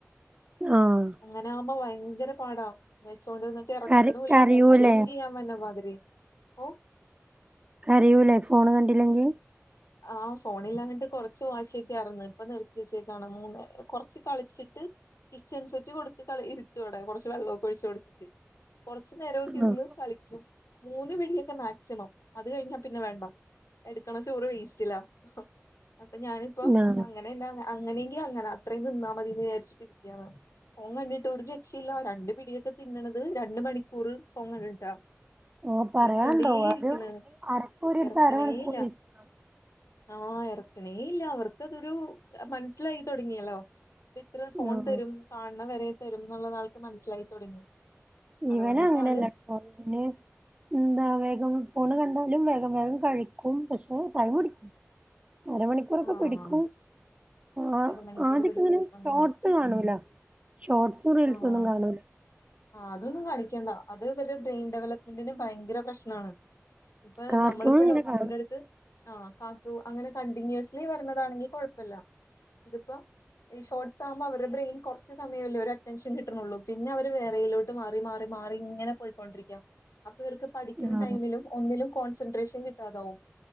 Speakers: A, on the right (about 25°); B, on the left (about 85°).
A: ആഹ്
B: അങ്ങനെ ആകുമ്പോ ഭയങ്കര പാടാ എന്നേച്ച് ഇവടെണ്ടിരുന്ന് ഇത് എറക്കണുല്ല
A: കര കരയൂലേ
B: വോമിറ്റ് ചെയ്യാൻ വന്ന മാതിരി ഓ
A: കരയൂലേ ഫോണ് കണ്ടില്ലെങ്കി
B: ആഹ് ഫോണിലാഞ്ഞിട്ട് കൊറച്ച് വാശിയോക്കെ ആയിരുന്നു ഇപ്പോ നിർത്തി വെച്ചേക്കാണ് മൂന്ന് കൊറച്ച് കളിച്ചിട്ട് കിച്ചൺ സെറ്റ് കൊടുത്ത് കളി ഇരുത്തു അവിടെ കൊറച്ച് വെള്ളോക്കെ ഒഴിച്ച് കൊടുത്തിട്ട് കൊറച്ച് നേരൊക്കെ ഇരുന്ന്
A: ആഹ്
B: കളിക്കും മൂന്ന് പിടിയൊക്കെ മാക്സിമം അത് കഴിഞ്ഞാൽ പിന്നെ വേണ്ട എടുക്കണ ചോറ് വെ സ്റ്റിലാ അപ്പോ ഞാനിപ്പോ
A: ആഹ്
B: അങ്ങ <unintelligible> അങ്ങനെങ്കി അങ്ങന അത്രയും തിന്നാൽ മതിന്ന് വിചാരിച്ചിട്ട് ഇരിക്കാണ് ഫോൺ കണ്ടിട്ട് ഒരു രക്ഷയില്ല രണ്ട് പിടിയൊക്കെ തിന്നണത് രണ്ട് മണിക്കൂറ് ഫോൺ കണ്ടിട്ടാ
A: ഓഹ് പറയാണ്ടോ
B: വെച്ചോണ്ടേ ഇരിക്കുണ്
A: ഒരു അരക്കൂറി എടുത്ത
B: എറക്കണേ
A: അരമണിക്കൂർ
B: ഇല്ല
A: ഇരിക്കും
B: ആഹ് ഇറക്കണേ ഇല്ല അവർക്കതൊരു മനസ്സിലായി തോടങ്ങിയല്ലോ അപ്പോ ഇത്ര ഫോൺ
A: ആഹ്
B: തരും കാണണ വരെ തരും എന്നുള്ളത് ആൾക്ക് മനസ്സിലായി തൊടങ്ങി അതുകൊണ്ടിട്ട്
A: ഇവന് അങ്ങനന്ന
B: ആള്
A: <unintelligible> എന്താ വേഗം ഫോണ് കണ്ടാലും വേഗം വേഗം കഴിക്കും പക്ഷേ ടൈം പിടിക്കും അര മണിക്കൂറൊക്കെ
B: ആഹ്
A: പിടിക്കും അ
B: അരമണിക്കൂർ
A: ആദ്യക്കെ
B: പിടിക്കും
A: ഇങ്ങനെ
B: ആഹ്
A: ഷോ ട് കാണൂ ഷോർട്സും റീൽസും
B: ആഹ്
A: ഒന്നും കാണൂല്ല
B: ആഹ് അതൊന്നും കാണിക്കണ്ട അത് ഇവരെ ബ്രെയിൻ ഡെവലപ്മെന്റിന് ഭയങ്കര പ്രശ്നാണ് ഇപ്പം
A: കാർട്ടൂൺ
B: നമ്മളിപ്പ
A: ഇങ്ങനെ
B: ഡോക്ടറിന്റെടുത്ത്
A: കാണും
B: ആഹ് കാത്തു അങ്ങനെ കണ്ടിന്യൂസ്ലിലി വരണതാണെങ്കി കൊഴപ്പല്ല ഇതിപ്പോ ഈ ഷോർട്ട്സ് ആകുമ്പോ അവരെ ബ്രെയിൻ കൊറച്ച് സമയോല്ലേ ഒരോ റ്റെൻഷൻ കിട്ടള്ളൂ പിന്നെ അവര് വേറെയിലോട്ട് മാറി മാറി മാറി ഇങ്ങനെ പോയിക്കൊണ്ടിരിക്ക അപ്പോ ഇവർക്ക് പഠിക്കുണാ
A: ആഹ്
B: ടൈമിലും ഒന്നിലും കോൺസെൻട്രേഷൻ കിട്ടാതാവും